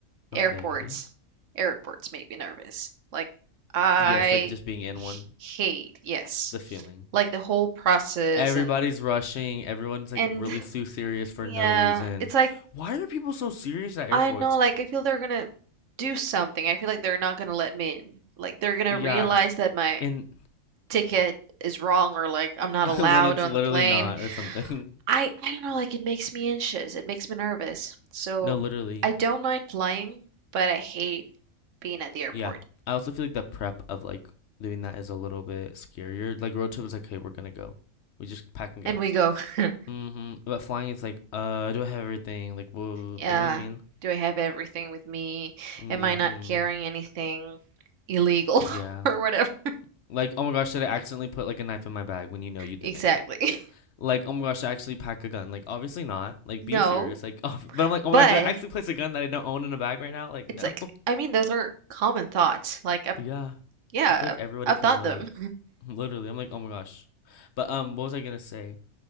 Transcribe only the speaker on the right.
airports airports make me nervous. Like I
hate, yes.
Like the whole process
and
and
<laughs>
yeah,
it's like
I don't know, like I feel they're gonna do something. I feel like they're not gonna let me in. Like they're gonna
realize that my
ticket is wrong or like I'm not
allowed
on
the plane
I I don't know, like, it makes me anxious, it makes me nervous. So
I don't mind flying, but I hate being at the airport.
And
we go, <laughs>
yeah,
do I have everything with me?
Am I not carrying anything illegal
<laughs> or whatever?
Exactly. <laughs>
No,
but
it's
like,
I mean, those are common thoughts. Like, I,
yeah,
I've
thought
them.